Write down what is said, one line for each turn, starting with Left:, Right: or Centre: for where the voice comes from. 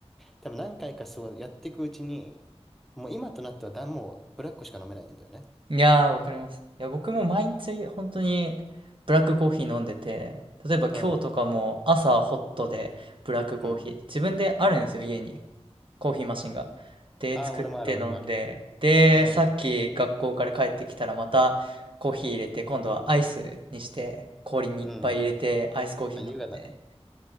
Centre: 多分何回かそうやっていくうちに、もう今となってはだ、もうブラックしか飲めないんだよね。
Right: うん。いやー、わかります。いや、僕も毎日本当にブラックコーヒー飲んでて、例えば今日とかも朝ホットでブラックコーヒー、
Centre: うん、うん。
Right: 自分であるんですよ、家に。コーヒーマシンが。で、
Centre: ああ、
Right: 作って飲んで、
Centre: 俺もある、俺もある。
Right: で、
Centre: うん、
Right: さっき学校から帰ってきたらまたコーヒー入れて、今度はアイスにして、氷にいっぱい入れて、
Centre: うん。
Right: アイスコーヒー飲んで。
Centre: あ、優雅だね。